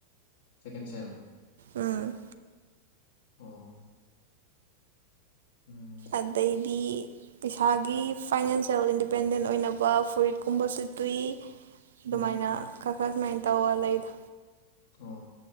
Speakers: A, on the left (about 55°); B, on the right (about 60°).
A: ꯁꯦꯀꯦꯟ ꯁꯦꯝ
B: ꯎꯝ
A: ꯑꯣ ꯎꯝ
B: ꯑꯗꯩꯗꯤ ꯏꯁꯥꯒꯤ ꯐꯥꯏꯅꯥꯟꯁꯌꯦꯜ ꯏꯟꯗꯤꯄꯦꯟꯗꯦꯟ ꯑꯣꯏꯅꯕ ꯐꯨꯔꯤꯠꯀꯨꯝꯕꯁꯨ ꯇꯨꯏ ꯑꯗꯨꯃꯥꯏꯅ
A: ꯎꯝ
B: ꯈꯔ ꯈꯔ ꯁꯨꯃꯥꯏꯅ ꯇꯧꯑ ꯂꯩꯗ
A: ꯑꯣ